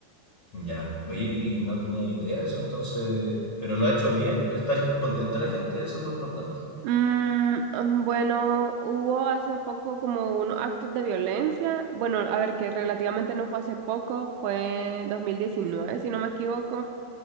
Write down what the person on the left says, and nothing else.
Ya, oye, y no tenía idea de eso, entonces, pero lo ha hecho bien, está contenta la gente, eso es lo importante.